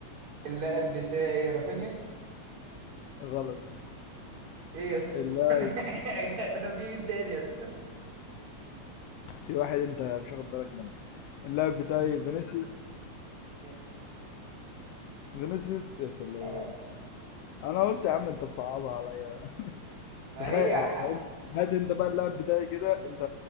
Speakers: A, on the right (about 50°); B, on the left (about 85°).
A: اللاعب بتاعي رافينيا
B: <laughs> غلط
A: ايه يا اسطى
B: اللاعب
A: <laughs> في مين تاني يا اسطى
B: <laughs> في واحد انت مش واخد بالك منه اللاعب
A: <laughs>
B: بتاعي
A: مم.
B: فينيسيوس
A: يس.
B: فينيسيوس يا سلام
A: اه
B: انا قلت يا عم انت بصعبها عليا
A: ما
B: تخيل
A: هي ح-
B: هات انت بقى اللاعب بتاعي كده انت